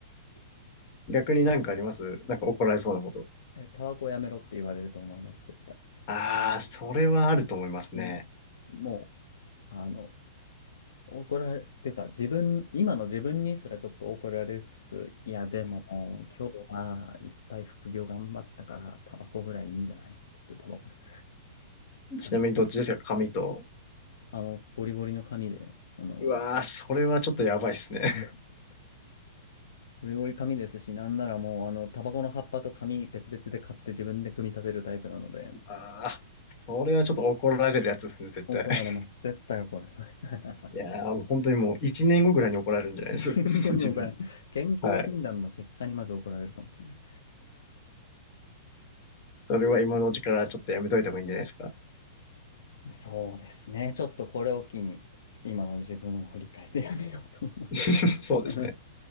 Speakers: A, on the left; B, on the left.
A: 逆になんかありますなんか怒られそうなこと。
B: えタバコやめろって言われると思います、絶対。
A: ああ、それはあると思いますね。
B: うん。もう、あの、怒られ、ていうか自分、今の自分にすらちょっと怒られつつ、いやでも今日はいっぱい副業頑張ったからタバコぐらいいいんじゃないって言ってタバコ吸う紙。
A: ちなみにどっちですか紙と。
B: あの、ゴリゴリの紙で、その、
A: うわあ、それはちょっとやばいっすね。
B: うんゴリゴリ紙ですし、なんならもうあの、タバコの葉っぱと紙別々で買って自分で組み立てるタイプなので、
A: ああ、これはちょっと怒られるやつですね、絶対。
B: 怒られます。
A: <laughs>
B: 絶対怒られます。<laughs>
A: いやー、もう本当にもう一年後ぐらいに怒られるんじゃないです
B: 健康にも怒られる健康診断の結果にまず怒られるかもしれない。
A: <laughs> 自分。はい。それは今のうちからちょっとやめといた方がいいんじゃないですか。
B: そうですね。ちょっとこれを機に、今の自分を振り返ってやめようと思います。
A: <laughs> そうですね。
B: <laughs>